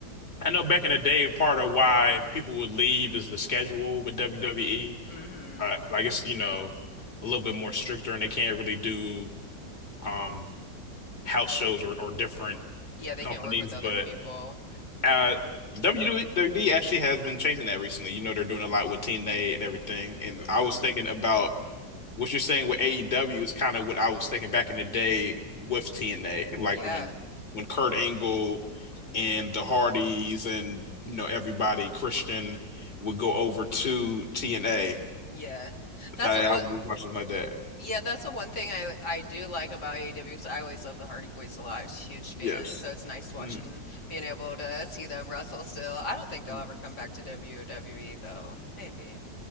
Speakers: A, on the left; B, on the left.
A: I know back in the day, part of why people would leave is the schedule with WWE.
B: hmm
A: Uh, like it's you know a little bit more stricter, and they can't really do um house shows or, or different
B: Yeah, they
A: companies.
B: can't work with other
A: But
B: people.
A: uh, WWE actually has been changing that recently. You know, they're doing a lot with Team Day and everything. And
B: hmm
A: I was thinking about what you're saying with AEW is kind of what I was thinking back in the day with TNA, like
B: Yeah.
A: when when Kurt Angle and the Hardys and you know everybody Christian would go over to TNA.
B: Yeah. That's
A: I,
B: a what
A: I was just watching my dad.
B: yeah, that's the one thing I I do like about AEW because I always love the Hardy Boys a lot. I was a huge
A: Yes.
B: fan, so it's nice watching
A: Mm,
B: being able to see them wrestle still. I don't think they'll
A: mm.
B: ever come back to WWE though. Maybe.